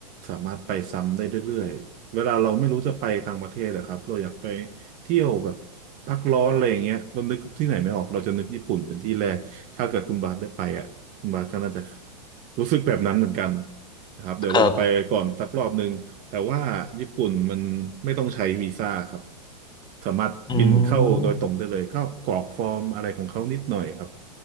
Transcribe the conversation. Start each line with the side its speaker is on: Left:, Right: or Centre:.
Right: สามารถไปซ้ำได้เรื่อยๆเวลาเราไม่รู้จะไปต่างประเทศอะครับเราอยากไปเที่ยวแบบพักร้อนอะไรอย่างเงี้ยเรานึกที่ไหนไม่ออกเราจะนึกญี่ปุ่นเป็นที่แรกถ้าเกิดคุณบาสได้ไปอ่ะคุณบาสก็น่าจะรู้สึกแบบนั้นเหมือนกันนะครับเดี๋ยวลองไปก่อนสักรอบหนึ่ง
Left: ครับ
Right: แต่ว่าญี่ปุ่นมันไม่ต้องใช้วีซ่าครับสามารถบินเข้าโดยตรงได้เลยก็กรอกฟอร์มอะไรของเขานิดหน่อยครับ
Left: อืม